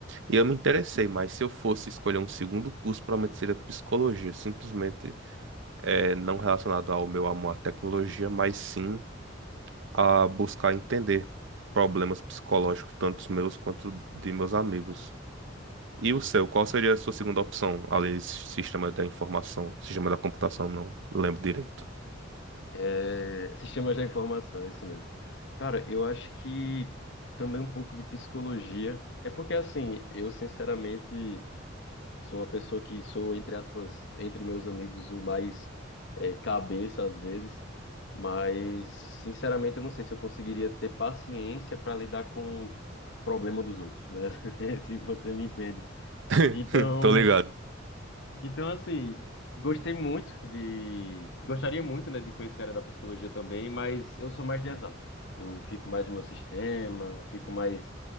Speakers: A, on the right (about 65°); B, on the left (about 65°).
A: E eu me interessei, mas se eu fosse escolher um segundo curso, provavelmente seria psicologia, simplesmente é, não relacionado ao meu amor à tecnologia, mas sim a buscar entender problemas psicológicos, tanto os meus quanto de meus amigos. E
B: uhum.
A: o seu, qual seria a sua segunda opção, além de sistema da informação, sistema da computação, não lembro direito.
B: É, sistemas da informação, é isso mesmo. Cara, eu acho que também um pouco de psicologia. É porque, assim, eu sinceramente. Sou uma pessoa que sou, entre aspas, entre meus amigos, o mais é, cabeça às vezes, mas sinceramente eu não sei se eu conseguiria ter paciência para lidar com o problema dos outros, né? <laughs> Se você me entende.
A: <laughs>
B: Então,
A: Tô ligado.
B: então, assim, gostei muito de. Gostaria muito, né, de conhecer a área da psicologia também, mas eu sou mais de exatas. Eu fico mais no meu sistema, fico mais.